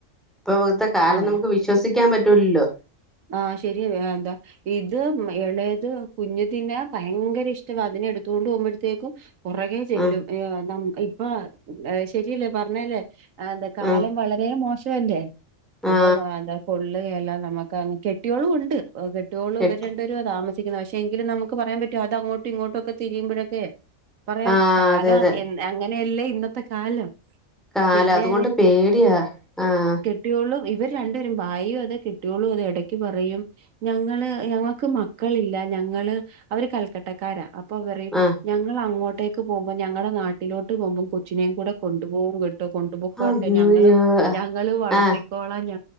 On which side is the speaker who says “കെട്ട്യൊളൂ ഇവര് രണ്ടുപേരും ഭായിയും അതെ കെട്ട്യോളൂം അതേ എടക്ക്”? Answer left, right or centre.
Right